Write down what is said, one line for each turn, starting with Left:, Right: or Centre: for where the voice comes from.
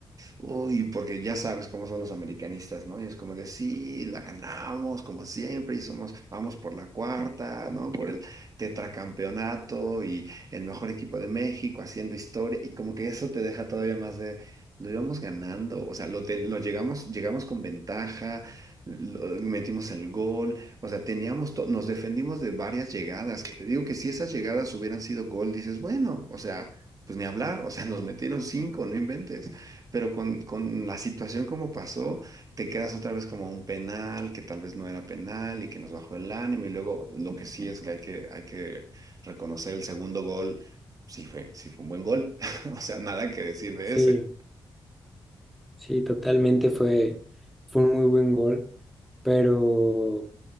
Right: uy, porque ya sabes cómo son los americanistas, ¿no? Y es como de, sí, la ganamos como siempre y somos, vamos por la cuarta, ¿no? Por el tetracampeonato y el mejor equipo de México haciendo historia y como que eso te deja todavía más de, lo íbamos ganando, o sea, lo, te- lo llegamos, llegamos con ventaja, lo- metimos el gol, o sea, teníamos, to- nos defendimos de varias llegadas, que te digo que si esas llegadas hubieran sido gol, dices, bueno, o sea pues ni hablar, o sea, nos metieron cinco, no inventes. Pero con, con la situación como pasó, te quedas otra vez como un penal, que tal vez no era penal y que nos bajó el ánimo. Y luego lo que sí es que hay que, hay que reconocer el segundo gol, sí fue, sí fue un buen gol, <laughs> o sea, nada que decir de
Centre: Sí,
Right: ese.
Centre: sí, totalmente fue, fue un muy buen gol, pero